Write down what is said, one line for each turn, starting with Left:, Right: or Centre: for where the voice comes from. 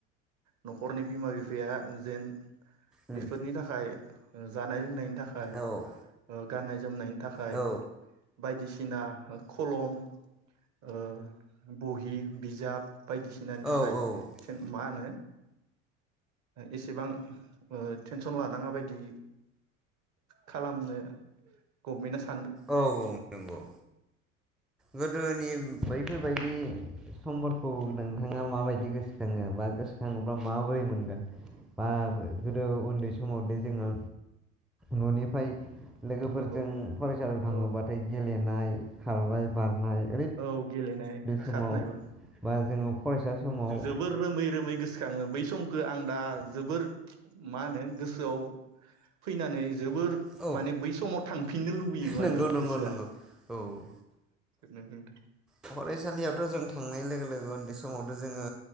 Right: नखरनि बिमा बिफाया जेन
Centre: उम
Right: बेफोरनि थाखाय जानाय लोंनायनि थाखाय
Centre: औ
Right: ओ गाननाय जोमनायनि थाखाय
Centre: औ
Right: बायदि सिना खलम ओ बहि बिजाब बायदिसिनानि थाखाय
Centre: औ औ
Right: थेन मा होनो एसेबां ओ टेनसन लानाङा बायदि खालामनो गभमेन्ट
Centre: औ औ नंगौ गोदोनि बैफोरबायदि समफोरखौ नोंथाङा माबायदि गोसोखाङो बा गोसोखाङोबा माबोरै मोनगोन बा गोदो उन्दै समाव दे जोङो ननिफ्राय लोगोफोरजों
Right: औ
Centre: फरायसालियाव थाङोबाथाय
Right: औ
Centre: गेले खारनाय खारबाय बारनाय
Right: औ गेलेनाय
Centre: समाव
Right: खारनायबो
Centre: बा जोङो फरायसा समाव
Right: जोबोर रोमै रोमै गोसोखाङो बै समख आं दा जोबोर मा होनो गोसोआव फैनानै जोबोर
Centre: औ
Right: माने बै समाव थांफिननो लुबैयो
Centre: नंगौ
Right: माने
Centre: नंगौ
Right: गोसोआ।
Centre: नंगौ औ
Right: नोंगो बि
Centre: फरायसालियावथ' जों थांनाय लोगो लोगो उन्दै समावथ' जोङो